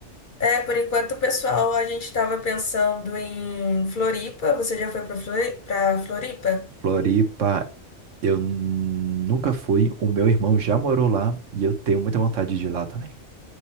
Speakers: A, on the left (about 50°); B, on the right (about 75°).
A: É, por enquanto, pessoal, a gente tava pensando em Floripa. Você já foi pra Flori- pra Floripa?
B: Floripa, eu nunca fui. O meu irmão já morou lá e eu tenho muita vontade de ir lá também.